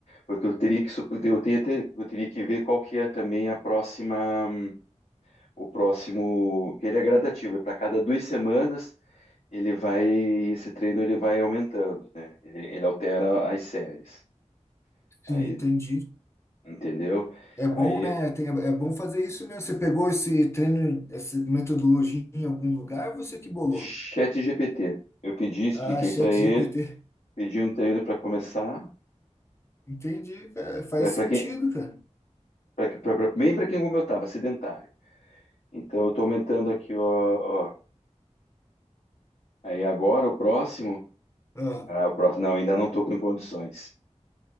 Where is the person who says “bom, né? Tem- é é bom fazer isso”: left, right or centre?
Left